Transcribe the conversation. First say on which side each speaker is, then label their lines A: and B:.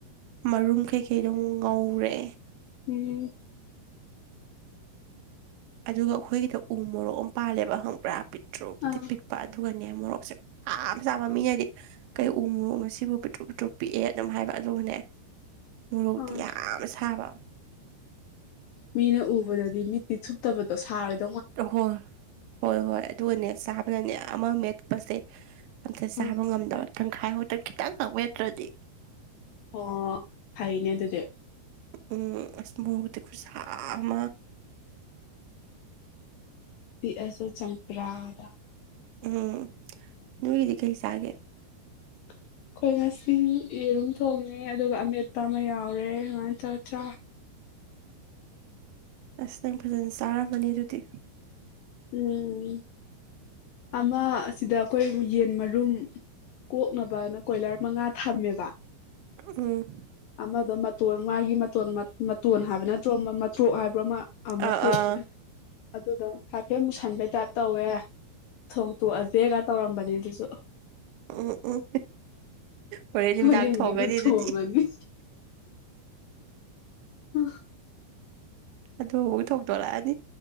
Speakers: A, on the right (about 85°); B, on the left (about 75°).
A: ꯃꯔꯨꯝ ꯀꯩꯀꯩꯗꯣ ꯑꯃꯨꯛ ꯉꯧꯔꯦ
B: ꯎꯝ
A: ꯑꯗꯨꯒ ꯑꯩꯈꯣꯏꯒꯤꯗꯣ ꯎ ꯃꯣꯔꯣꯛ ꯑꯃ ꯄꯥꯜꯂꯦꯕ ꯍꯪꯕ꯭ꯔꯥ ꯄꯤꯛꯇ꯭ꯔꯨꯛꯇꯤ
B: ꯑꯥ
A: ꯄꯤꯛꯄ ꯑꯗꯨꯒ ꯃꯣꯔꯣꯛꯁꯦ ꯌꯥꯝꯥ ꯆꯥꯕ ꯃꯤꯅꯗꯤ ꯀꯩ ꯎ ꯃꯣꯔꯣꯛꯅꯣ ꯁꯤꯕꯨ ꯄꯤꯇ꯭ꯔꯨ ꯄꯤꯇ꯭ꯔꯨꯞ ꯄꯤꯛꯑꯦ ꯑꯗꯨꯝ ꯍꯥꯏꯕ ꯅꯦ ꯃꯣꯔꯣꯛꯇꯤ
B: ꯑꯥ
A: ꯌꯥꯝ ꯁꯥꯕ
B: ꯃꯤꯅ ꯎꯕꯗꯗꯤ ꯃꯤꯠꯇꯤ ꯆꯨꯞꯇꯕꯗꯣ ꯁꯥꯔꯒ
A: ꯑꯍꯣ ꯍꯣꯏ ꯍꯣꯏ ꯑꯗꯨꯒꯅꯦ ꯆꯥꯕꯗꯅꯦ ꯑꯃ ꯃꯦꯠꯄꯁꯦ ꯑꯝꯇ ꯆꯥꯕ
B: ꯑ
A: ꯉꯝꯗꯕ ꯇꯪꯈꯥꯏ ꯍꯥꯎꯗ ꯈꯤꯇꯪ ꯍꯛ ꯋꯥꯠꯇ꯭ꯔꯗꯤ
B: ꯑꯣ ꯐꯩꯅꯦ ꯑꯗꯨꯗꯤ
A: ꯎꯝ ꯑꯁ ꯃꯍꯗꯤ ꯈꯨꯨꯁ ꯑꯃ
B: ꯄꯤ ꯑꯁꯨ ꯆꯝꯄ꯭ꯔꯥꯗ
A: ꯎꯝ ꯅꯒꯗꯤ ꯀꯩꯁꯒꯦ
B: ꯑꯩꯈꯣꯏ ꯉꯁꯤ ꯌꯦꯔꯨꯝ ꯊꯣꯡꯉꯦ ꯑꯗꯨꯒ ꯑꯃꯦꯠꯄ ꯑꯃ ꯌꯥꯎꯔꯦ ꯁꯨꯃꯥꯏꯅ ꯇꯧꯗ꯭ꯔꯥ
A: ꯑꯁ ꯅꯪ ꯐꯖꯅ ꯆꯥꯔꯝꯃꯅꯤ ꯑꯗꯨꯗꯤ
B: ꯎꯝ ꯑꯃ ꯁꯤꯗ ꯑꯩꯈꯣꯏ ꯌꯦꯟ ꯃꯔꯨꯝ ꯀꯣꯛꯅꯕꯅ ꯀꯣꯏꯂꯔ ꯃꯉꯥ ꯊꯝꯃꯦꯕ
A: ꯎꯝ
B: ꯑꯃꯗꯣ ꯃꯇꯣꯟ ꯃꯥꯒꯤ ꯃꯇꯣꯟ ꯃꯇꯣꯟ ꯍꯥꯏꯕ ꯅꯠꯇ꯭ꯔꯣ ꯑꯃ ꯃꯇꯇ꯭ꯔꯣꯛ ꯍꯥꯏꯕ꯭ꯔꯣ ꯑꯃ ꯃꯇ꯭ꯔꯣꯛ
A: ꯑꯥ ꯑꯥ
B: ꯑꯗꯨꯗꯣ ꯍꯥꯏꯐꯦꯠ ꯃꯨꯁꯟꯕꯩ ꯇꯥꯏꯞ ꯇꯧꯋꯦ ꯊꯣꯡꯇꯣꯛꯑ ꯍꯦꯒ ꯇꯧꯔꯝꯕꯅꯤ ꯑꯗꯨꯁꯨ
A: ꯎꯝ ꯎꯝ ꯍꯣꯔꯦꯟ ꯅꯨꯃꯤꯗꯥꯡ
B: ꯍꯣꯏ ꯌꯦꯡꯒꯤꯗꯨ
A: ꯊꯣꯡꯉꯅꯤ
B: ꯊꯣꯡꯉꯅꯤ
A: ꯑꯗꯨꯗꯤ
B: <unintelligible>
A: ꯑꯗꯨ ꯍꯧꯖꯤꯛ ꯊꯣꯛꯇꯣꯔꯛꯑꯅꯤ